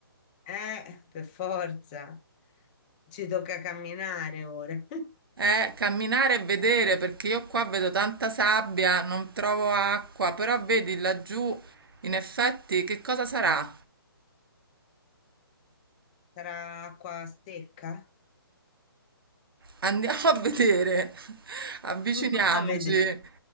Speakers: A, on the left; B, on the right.
A: Eh, per forza. Ci tocca camminare ora. <laughs>
B: Eh, camminare e vedere perché io qua vedo tanta sabbia, non trovo acqua, però vedi laggiù, in effetti, che cosa sarà?
A: Sarà acqua secca?
B: Andiamo a vedere. <laughs> Avviciniamoci.
A: <laughs> A vedere.